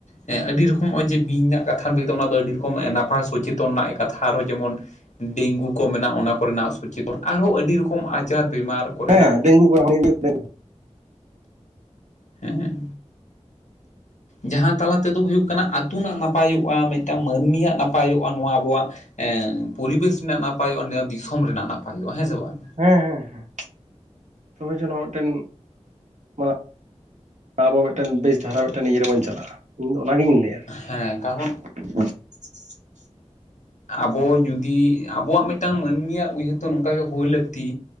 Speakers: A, on the left; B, on the right.
A: ᱦᱮᱸ ᱟᱹᱰᱤ ᱨᱚᱠᱚᱢ ᱱᱚᱜᱼᱚᱭ ᱡᱮ ᱵᱤᱧ ᱨᱮᱱᱟᱜ ᱠᱟᱛᱷᱟ ᱞᱟᱹᱭ ᱫᱚ, ᱚᱱᱟ ᱫᱚ ᱟᱹᱰᱤ ᱨᱚᱠᱚᱢ ᱱᱟᱯᱟᱭ ᱥᱚᱪᱮᱛᱚᱱ ᱨᱮᱱᱟᱜ ᱠᱟᱛᱷᱟ, ᱟᱨᱦᱚᱸ ᱡᱮᱢᱚᱱ ᱰᱮᱝᱜᱩ ᱠᱚ ᱢᱮᱱᱟᱜᱼᱟ ᱚᱱᱟ ᱠᱚᱨᱮᱱᱟᱜ ᱥᱚᱪᱮᱛᱚᱱ, ᱟᱨᱦᱚᱸ ᱟᱹᱰᱤ ᱨᱚᱠᱚᱢ ᱟᱡᱟᱨ ᱵᱤᱢᱟᱨ ᱠᱚᱨᱮᱱᱟᱜ
B: ᱦᱮᱸ ᱰᱮᱝᱜᱩ <unintelligible> ᱦᱮᱸ᱾
A: ᱦᱮᱸ᱾ ᱡᱟᱦᱟᱸ ᱛᱟᱞᱟ ᱛᱮᱫᱚ ᱦᱩᱭᱩᱜ ᱠᱟᱱᱟ ᱟᱹᱛᱩ ᱱᱟᱜ ᱱᱟᱯᱟᱭᱚᱜᱼᱟ ᱢᱤᱫᱴᱟᱱ ᱢᱟᱹᱱᱢᱤᱭᱟᱜ ᱱᱟᱯᱟᱭᱚᱜᱼᱟ ᱱᱚᱣᱟ ᱟᱵᱚᱣᱟᱜ ᱮᱸ ᱯᱚᱨᱤᱵᱮᱥ ᱨᱮᱱᱟᱜ ᱱᱟᱯᱟᱭᱚᱜᱼᱟ ᱱᱚᱣᱟ ᱫᱤᱥᱚᱢ ᱨᱮᱱᱟᱜ ᱱᱟᱯᱟᱭᱚᱜᱼᱟ, ᱦᱮᱸ ᱥᱮ ᱵᱟᱝ?
B: ᱦᱮᱸ ᱦᱮᱸ ᱦᱮᱸ᱾ ᱛᱚᱵᱮ ᱡ ᱱᱚᱣᱟ ᱢᱤᱫᱴᱮᱱ ᱱᱚᱣᱟ ᱟᱵᱚ ᱢᱤᱫᱴᱮᱱ ᱵᱮᱥ ᱫᱷᱟᱨᱟ ᱢᱤᱫᱴᱮᱱ ᱤᱭᱟᱹ ᱨᱮᱵᱚᱱ ᱪᱟᱞᱟᱜᱼᱟ ᱤᱧᱫᱚ ᱚᱱᱟᱜᱤᱧ ᱞᱟᱹᱭᱟ᱾
A: ᱦᱮᱸ ᱠᱟᱨᱚᱱ
B: <inaudible> <inaudible>
A: ᱟᱵᱚ ᱡᱩᱫᱤ ᱟᱵᱚᱣᱟᱜ ᱢᱤᱫᱴᱟᱝ ᱢᱟᱹᱱᱢᱤᱭᱟᱜ ᱩᱭᱦᱟᱹᱨ ᱛᱚ ᱱᱚᱝᱠᱟᱜᱮ ᱦᱩᱭ ᱞᱟᱹᱠᱛᱤ᱾